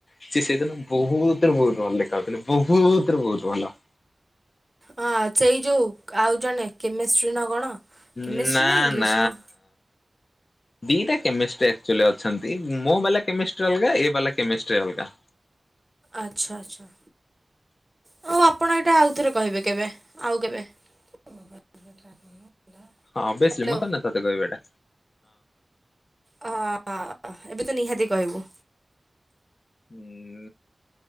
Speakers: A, on the left; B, on the right.
A: ସି ସେଦିନ। ବହୁତ ରେ ବହୁତ ଭଲ ଦେଖା ଯାଉଥିଲେ ବହୁତରେ ବହୁତ ଭଲ।
B: ହଁ ସେଇ ଯୋଉ ଆଉ ଜଣେ କେମେଷ୍ଟ୍ରି ନା କଣ। କେମିଷ୍ଟ୍ରି
A: ଉଁ ନା
B: ଇଂଲିଶ
A: ନା।
B: କଣ?
A: ଦିଟା କେମିଷ୍ଟ୍ରି ଆକଚୁଆଲି ଅଛନ୍ତି ମୋ ବାଲା କେମିଷ୍ଟ୍ରି ଅଲଗା ଏ ବାଲା କେମିଷ୍ଟ୍ରି ଅଲଗା।
B: ଆଚ୍ଛା ଆଚ୍ଛା। ହଉ ଆପଣ ଏଇଟା ଆଉଥରେ କହିବେ କେବେ ଆଉ କେବେ। <unintelligible>
A: ହଁ ବେସି
B: ହ୍ୟାଲୋ।
A: ମୁଁ ତ ନାଇଁ ତତେ କହିବାଟା।
B: ହ ଅ ଅ ଏବେ ତ ନିହାତି କହିବୁ।
A: ହୁଁ।